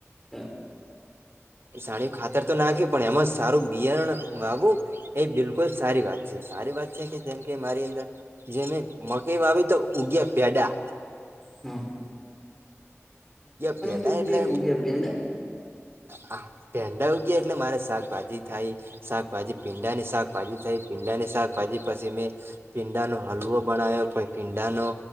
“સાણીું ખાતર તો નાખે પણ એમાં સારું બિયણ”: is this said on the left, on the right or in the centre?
Right